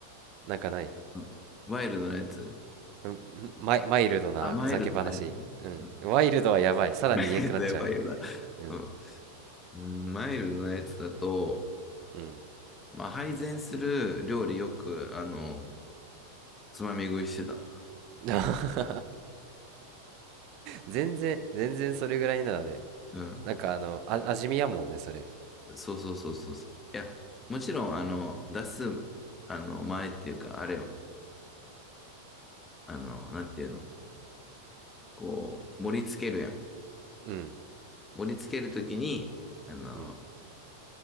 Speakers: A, on the right; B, on the left.
A: なんかない
B: うん。ワイルドなやつ。
A: うんマイ、マイルドなふざけ話うん。
B: あ、マイルドなやつね。うん
A: ワイルドはやばい。
B: <laughs>
A: さらに言えんくなっちゃう。
B: マイルドやばいよな。
A: うん。
B: うん。うんマイルドなやつだと、
A: うん。
B: まあ、配膳する料理よく、あの、つまみ食いしてた。
A: <laughs> 全然、全然それぐらいならね。
B: うん。
A: なんかあの、あ、味見やもんね、それ。
B: そうそうそうそうそう。いや、もちろん、あの、出す、あの、前っていうか、あれを、あの、なんていうの、こう、盛り付けるやん。
A: うん。
B: 盛り付けるときに、あの、
A: うん。